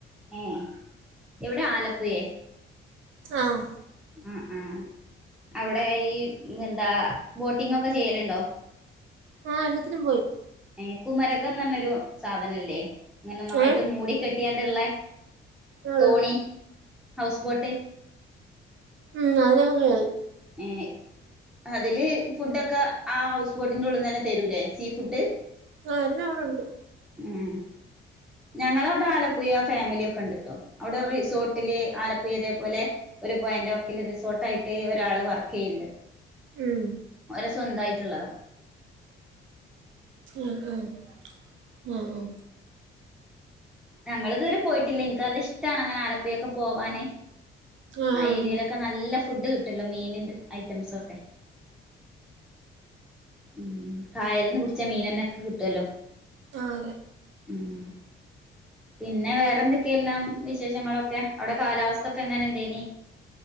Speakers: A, in the centre; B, on the right.
A: ഏഹ് എവിടെ ആലപ്പുയെ
B: ആഹ്
A: ഉം ഉം അവിടെ ഈ എന്താ ബോട്ടിംഗ് ഒക്കെ ചെയ്യലുണ്ടോ.
B: ആഹ് എല്ലാത്തിനും പോയി
A: ഏഹ് കുമരകം എന്ന് പറഞ്ഞൊരു സാധനല്ലേ ഇങ്ങനെ നായിട്ട്
B: ഏഹ്
A: മൂടിക്കെട്ടി ങ്ങാണ്ടില്ലേ,
B: അതെ
A: തോണി ഹൗസ് ബോട്ട്
B: ഉം ആയിലൊക്കെ കേറി
A: ഏഹ് അതില് ഫുഡൊക്കെ ആ ഹൗസ് ബോട്ടിന്റെ ഉള്ളിനെന്നെ തരൂല്ലേ സീ ഫുഡ്.
B: ആഹ് എല്ലാം അവിടെ ഇണ്ട്
A: ഉം ഞങ്ങളെ അവിടെ ആലപ്പുഴ ഫാമിലിയൊക്കെ ഇണ്ട്ട്ടോ അവിടെ റിസോർട്ട് ട്ടില് ആലപ്പുഴ ഇതേ പോലെ ഒരു പോഴന്റെ വാക്കില് റിസോട്ട് ആയിട്ട് ഒരാള് വർക്ക് ചെയ്യണ്ട്.
B: ഉം
A: ഒരെ സ്വന്തായിട്ടുള്ളതാ.
B: ആഹ് ആഹ് ആഹ് ആഹ്
A: ഞങ്ങള് ഇതുവരെ പോയിട്ടില്ല എനിക്ക് നല്ല ഇഷ്ട്ടാണ് അങ്ങനെ ആലപ്പുഴൊക്കെ പോവാന്
B: ആഹ്
A: ആ ഏരിയയിലൊ ക്കെ നല്ല ഫുഡ് കിട്ടല്ലോ മീനിന്റെ ഐറ്റംസ് ഒക്കെ. ഉം കായലന്ന് കുടിച്ച മീനന്നെ ഒക്കെ കിട്ടുവല്ലോ..
B: ആഹ് അതെ
A: ഉം പിന്നെ വേറെന്തൊക്കെയ എല്ലാം വിശേഷങ്ങളൊക്കെ അവിടെ കാലാവസ്ഥ ഒക്കെ എങ്ങനെ ഉണ്ടനി.